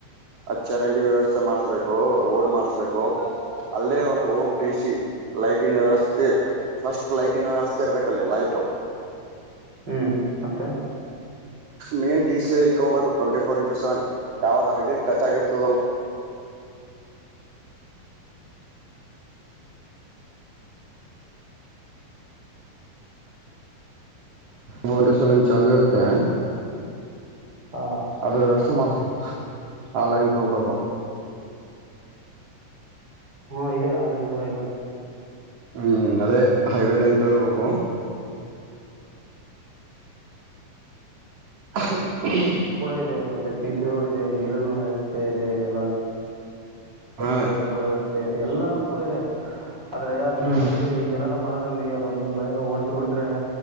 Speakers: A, on the right; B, on the right.
A: ಅ ಚರಂಡಿ ವ್ಯವಸ್ಥೆ ಮಾಡ್ಸಬೇಕು ರೋಡ್ ಮಾಡಸ್ಬೇಕು. ಅಲ್ಲೇ ಒಂದ ಓನ್ ಟಿ ಸಿ ಲೈಟಿನ ವ್ಯವಸ್ಥೆ. ಫಸ್ಟ್ ಲೈಟಿನ ವ್ಯವಸ್ಥ ಇಬೇಕಲ್ಲಿ ಲೈಟು.
B: ಹ್ಮ ಮತ್ತೆ.
A: ಮೇನ್ ಟಿ ಸಿ ಐ ತಗೋಬೇಕು ಟ್ವೆಂಟಿ ಫೋರ್ ಇಂಟು ಸೆವೆನ್ ಯಾವ್ದ ಹೈವೇ ಟಚ್ ಆಗಿರ್ತದಲ್ಲ. ಹೋದ ವರ್ಷ ನನ್ ಚೆಲುವಿರುತ್ತೆ.
B: <inaudible>
A: ಅದ್ರ ವ್ಯವಸ್ಥೆ ಮಾಡ್ಸ ಆಲೈನ್ ತಗ್ಬೇಕು.
B: ಹು ಇದೆ ಆನಲೈನ ಕೂಡ ಇದೆ
A: ಹ್ಮ್ ಅದೇ ಹೈವೇ ಲೈನ್ ತಗೋಬೇಕು. <unintelligible>
B: ಕೂಡ ಇದೆ ಮತ್ತೆ ಸಿ ಸಿ ರೋಡ್ ಇದೆ ನೀರಿನ ವ್ಯವಸ್ಥೆ ಇದೆ ಎ <unintelligible>
A: ಹಾ
B: ಸರಿಯಾದರ ವ್ಯವಸ್ಥೆ ಇದೆ ಎಲ್ಲಾನು ಕೂಡ ಇದೆ ಆದ್ರೆ ಆ ಜನದಲ್ಲಿ
A: ಹ್ಮ್
B: ಜನದ ಮನದಲ್ಲಿ ಅದೊಂದು ಭಯ ಓಡಿಸಿ ಬಿಿಟ್ರೆ